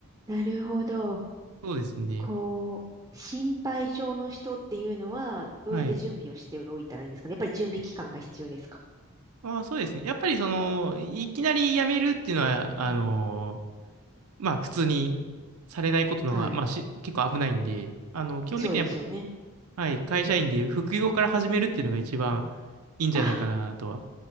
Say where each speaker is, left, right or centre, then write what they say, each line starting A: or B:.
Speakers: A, on the right (about 15°); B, on the right (about 80°).
A: なるほど。
B: そうですね。
A: こう、心配性の人っていうのは、どういった準備をしておいたらいいんですかね。
B: はい。
A: やっぱり準備期間が必要ですか。
B: まあそうですね。やっぱりその、いきなり辞めるっていうのは、あの
A: うん。
B: まあ普通にされないことの方が、
A: はい。
B: まあし、結構危ないんで、あの、基本的にはやっ
A: そうですよね。
B: ぱ、はい、会社員で副業から始めるっていうのが一番
A: うん。うんうん。
B: いいんじゃないかなとは。
A: あ、